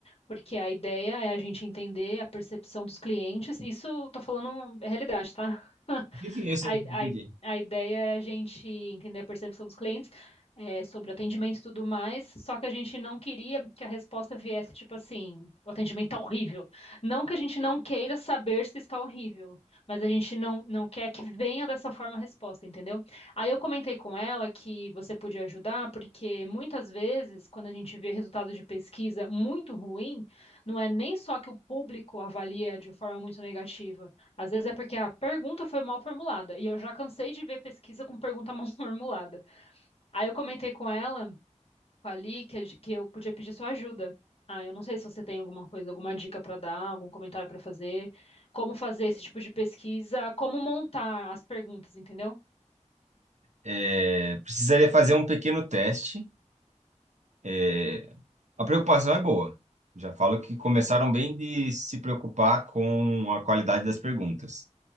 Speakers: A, on the left (about 50°); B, on the right (about 70°).
A: porque a ideia é a gente entender a percepção dos clientes. Isso, estou falando é realidade, tá? <laughs>
B: Sim, sim, eu sei,
A: A, a,
B: entendi.
A: a ideia é a gente entender a percepção dos clientes, é, sobre atendimento e tudo mais, só que a gente não queria que a resposta viesse tipo assim, o atendimento tá horrível. Não que a gente não queira saber se está horrível, mas a gente não, não quer que venha dessa forma a resposta, entendeu? Aí eu comentei com ela que você podia ajudar, porque muitas vezes, quando a gente vê resultado de pesquisa muito ruim, não é nem só que o público avalia de forma muito negativa, às vezes é porque a pergunta foi mal formulada, e eu já cansei de ver pesquisa com pergunta <laughs> mal formulada. Aí eu comentei com ela, com a Li, que, a gen- que eu podia pedir sua ajuda. Ah, eu não sei se você tem alguma coisa, alguma dica para dar, algum comentário para fazer, como fazer esse tipo de pesquisa, como montar as perguntas, entendeu?
B: É, precisaria fazer um pequeno teste. É, a preocupação é boa. Já falo que começaram bem de se preocupar com a qualidade das perguntas,